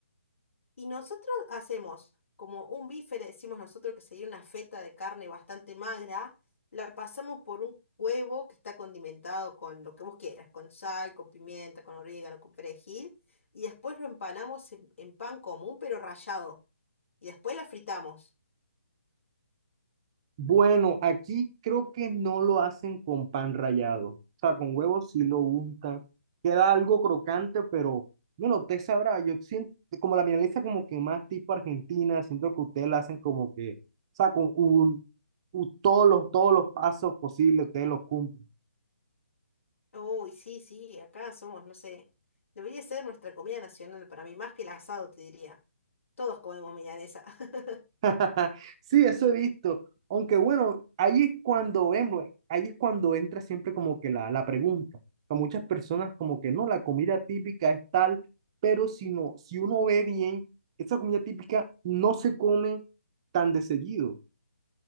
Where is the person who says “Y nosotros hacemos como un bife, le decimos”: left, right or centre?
Left